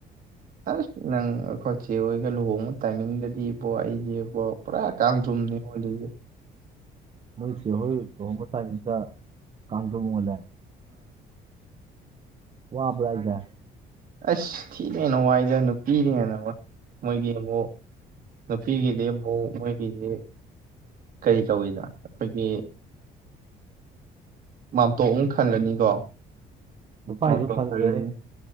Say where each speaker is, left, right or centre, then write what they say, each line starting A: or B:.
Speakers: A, on the right; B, on the right.
A: ꯑꯁ ꯅꯪ ꯑꯩꯈꯣꯏꯆꯦ ꯍꯣꯢꯒ ꯂꯨꯍꯣꯡꯕ ꯇꯥꯏꯃꯤꯡꯗꯗꯤꯕꯣ ꯑꯩꯁꯦꯕꯣ ꯄꯨꯔꯥ ꯀꯥꯡꯗ꯭ꯔꯨꯝ ꯅꯦ ꯑꯣꯜꯂꯤꯖꯦ
B: ꯅꯣꯢ ꯆꯦ ꯍꯣꯏ ꯂꯨꯍꯣꯡꯕ ꯇꯥꯢꯃꯤꯡꯗ ꯀꯥꯡꯗ꯭ꯔꯨꯝ ꯑꯣꯜꯂꯦ ꯋꯥꯕ꯭ꯔꯥ ꯍꯥꯢꯖꯦ
A: ꯑꯁ ꯊꯤꯅ ꯍꯦꯟꯅ ꯋꯥꯏꯗ ꯅꯨꯄꯤꯅ ꯍꯦꯟꯅ ꯋꯥꯏ ꯃꯣꯏꯒꯤ ꯑꯃꯨꯛ ꯅꯨꯄꯤꯒꯤꯗꯤ ꯑꯃꯨꯛ ꯃꯣꯏꯒꯤꯗꯤ ꯀꯔꯤ ꯀꯧꯏꯅꯣ ꯑꯩꯈꯣꯏꯒꯤ ꯃꯥꯝꯇꯣꯞ ꯑꯃꯨꯛ ꯈꯜꯂꯅꯤꯀꯣ
B: ꯅꯨꯄꯥꯒꯤꯁꯨ
A: ꯃꯥꯝꯇꯣꯞ
B: ꯈꯜꯂꯦꯍꯦ
A: ꯈꯜꯂꯅꯤ